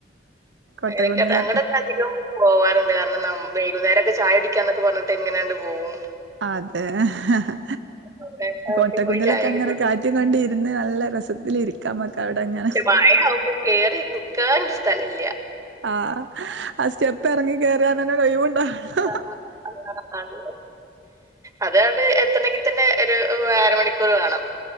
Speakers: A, on the right; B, on the right.
A: കോട്ടക്കുന്നിലൊക്കെ
B: എക്ക് അങ്ങടെൊക്കെ അധികം പോവാനുണ്ട് കാരണം വൈകുന്നേരംഓക്കെ ചായ കുടിക്കാൻ പറഞ്ഞിട്ട് ങ്ങനെയാണ്ട് പോകും
A: അതെ ആഹ്
B: അവിടെ
A: കോട്ടക്കുന്നിലൊക്കെ
B: ഒക്കെ പോയി ചായ ഒക്കെ
A: അങ്ങനെ
B: കുടിക്കും
A: കാ കുറ്റം കൊണ്ട ഇരുന്ന് നല്ല രസത്തിൽ ഇരിക്കാംമക്കെ അവിടെങ്ങനെ
B: മയാകുമ്പോ കേറി ഇന്ന് കേണ്ട സ്ഥലല്ലേ
A: ആഹ് ആ സ്റ്റെപ്പ് ഇറങ്ങി കയറാനന്നെ ഒഴിവുണ്ടാവുള്ളു
B: ആഹ്‌ ആഹ്‌ അതെ അതങ്ങണ്ട് എത്തണെങ്കിൽ തന്നെ ഒരു അരമണിക്കൂർ വേണം